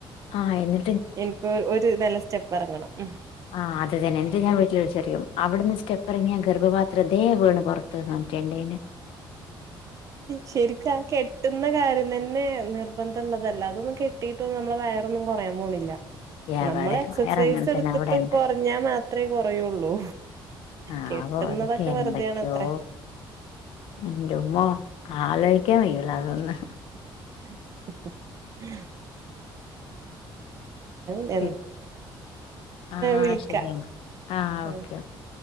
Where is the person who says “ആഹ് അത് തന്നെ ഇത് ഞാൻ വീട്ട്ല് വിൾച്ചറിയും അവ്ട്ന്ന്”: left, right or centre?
Left